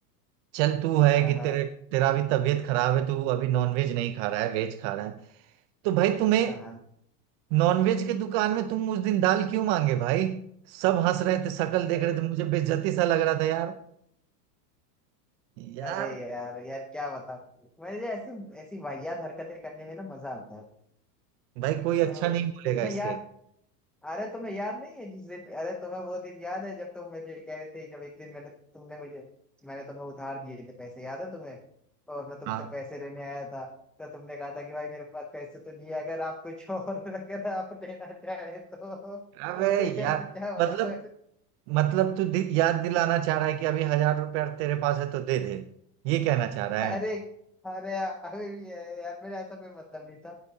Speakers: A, on the right; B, in the centre.
A: चल तू है
B: हाँ
A: कि
B: हाँ
A: तेरे तेरा भी तबीयत खराब है तू अभी नॉनवेज नहीं खा रहा है वेज खा रहा है तो भाई तुम्हें
B: हाँ हाँ।
A: नॉनवेज के दुकान में तुम उस दिन दाल क्यों मांगे भाई सब हंस रहे थे शक्ल
B: अरे
A: देख रहे थे मुझे बेइज्जती सा लग रहा था यार यार
B: अरे यार यार क्या बता मुझे ऐसी ऐसी वाहियात हरकतें करने में ना मजा आता है
A: भाई कोई
B: तो
A: अच्छा नहीं बोलेगा
B: तुम्हें याद
A: इससे
B: अरे तुम्हें याद नहीं है जिस दिन अरे तुम्हें वो दिन याद है जब तुम मुझे कह रहे थे जब एक दिन मैंने तुमने मुझे मैंने तुम्हें उधार दिए थे पैसे याद है तुम्हें और मैं तुमसे
A: हाँ
B: पैसे लेने आया था तो तुमने कहा था कि भाई मेरे पास पैसे तो नहीं है अगर आप कुछ और <laughs> अगर आप लेना चाहे तो, तो
A: अबे यार
B: यार क्या बताओ
A: मतलब मतलब तू दि, याद दिलाना
B: तो,
A: चाह रहा है कि अभी हजार रुपया तेरे पास है तो दे दे ये कहना चाह रहा
B: अरे
A: है
B: अरे यार अभी भी है यार मेरा ऐसा कोई मतलब नहीं था